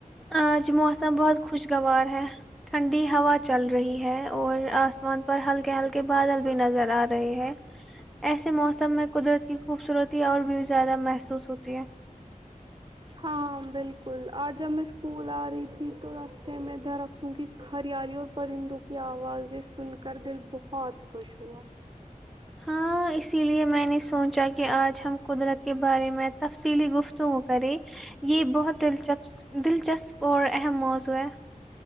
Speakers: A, in the centre; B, on the right.
A: آج موسم بہت خوشگوار ہے ٹھنڈی ہوا چل رہی ہے اور آسمان پر ہلکے ہلکے بادل بھی نظر آ رہے ہے ایسے موسم میں قدرت کی خوبصورتی اور بھی زیادہ محسوس ہوتی ہے
B: ہاں بالکل آج جب میں اسکول آ رہی تھی تو رستے میں درختوں کی ہریالی اور پرندوں کی آوازیں سن کر دل بہت خوش ہوا
A: ہاں اسی لیے میں نے سوچا کہ آج ہم قدرت کے بارے میں تفصیلی گفتگو کرے یہ بہت دلچسپ دلچسپور ا موز ہوئے